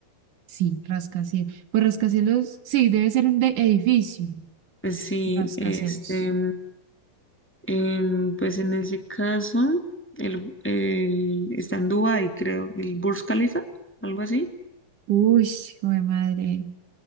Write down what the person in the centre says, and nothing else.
Pues Sí,
este. Em, pues en ese caso, el, el- está en Dubái, creo, el Burj Khalifa, algo así.